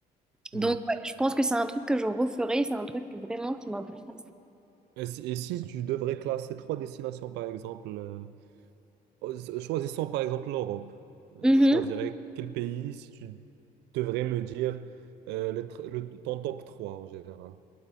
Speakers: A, on the right (about 85°); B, in the centre.
A: mhm.
B: Donc ouais, je pense que c'est un truc que je referai, c'est un truc vraiment qui m'a bouleversée.
A: Et si, et si tu devrais classer trois destinations, par exemple, euh, Euh, Choisissons par exemple l'Europe. Tu Mhm.
B: Mhm.
A: choisirais quel pays si tu devrais me dire euh, le, tr- le- ton top 3 en général?